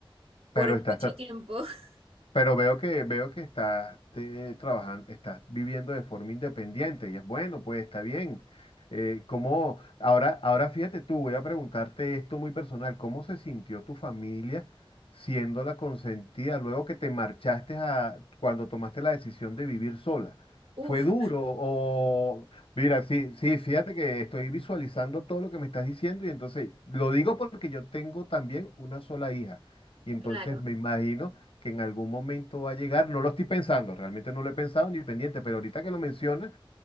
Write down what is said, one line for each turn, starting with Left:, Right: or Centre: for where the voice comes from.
Right: por
Left: Pero
Right: mucho
Left: estás,
Right: tiempo. <laughs>
Left: Pero veo que veo que estás eh, trabajando, estás viviendo de forma independiente y es bueno, pues está bien. Eh, ¿cómo- ahora, ahora fíjate tú, voy a preguntarte esto muy personal, ¿cómo se sintió tu familia siendo la consentida luego que te marchaste a cuando tomaste la decisión de vivir sola?
Right: Uf,
Left: ¿Fue duro o mira, sí, sí, fíjate que estoy visualizando todo lo que me estás diciendo y entonces lo digo porque yo tengo también una sola hija y entonces
Right: claro,
Left: me imagino que en algún momento va a llegar. No lo estoy pensando, realmente no lo he pensado ni pendiente, pero ahorita que lo mencionas